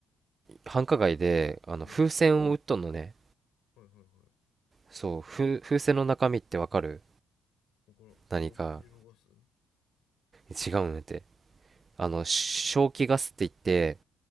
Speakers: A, on the right (about 30°); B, on the left (about 80°).
A: 繁華街であの風船を売っとんのね
B: うん。はいはいはい。
A: そう風、風船の中身ってわかる
B: この、
A: 何か
B: あ、ヘリウムガスうん、
A: 違うんやてあの正気ガスって言って